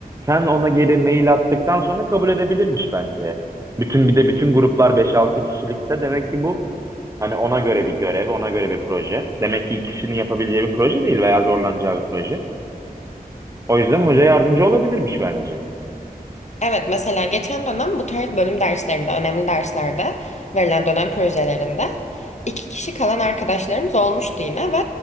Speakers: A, on the right; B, on the left.
A: sen ona geri mail attıktan sonra kabul edebilirmiş bence. Bütün bir de bütün gruplar beş altı kişilikse demek ki bu hani ona göre bir görev, ona göre bir proje. Demek ki iki kişinin yapabileceği bir proje değil veya zorlanacağı bir proje. O yüzden hoca yardımcı olabilirmiş bence.
B: Evet mesela geçen dönem bu tarz bölüm derslerinde, önemli derslerde verilen dönem projelerinde iki kişi kalan arkadaşlarımız olmuştu yine ve